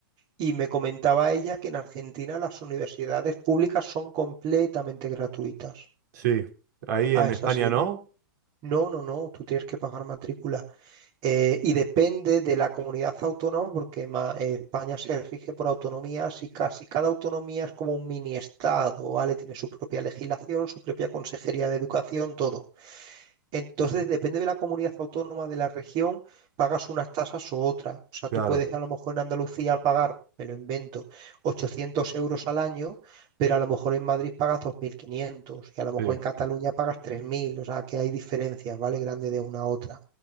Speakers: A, on the right (about 40°); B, on the right (about 55°).
A: y me comentaba ella que en Argentina las universidades públicas son completamente gratuitas.
B: Sí, ahí
A: Ah,
B: en
A: es
B: España
A: así,
B: no,
A: ¿no? No, no, no, tú tienes que pagar matrícula. Eh, y depende de la comunidad autónoma, porque ma- eh, España se rige por autonomías y casi cada autonomía es como un mini estado, ¿vale? Tiene su propia legislación, su propia consejería de educación, todo. Entonces, depende de la comunidad autónoma de la región, pagas unas tasas o otras. O sea,
B: claro,
A: tú puedes a lo mejor en Andalucía pagar, me lo invento, 800 euros al año, pero a lo mejor en Madrid pagas 2.500 y a lo mejor
B: sí.
A: en Cataluña pagas 3.000. O sea, que hay diferencias, ¿vale? Grande de una a otra.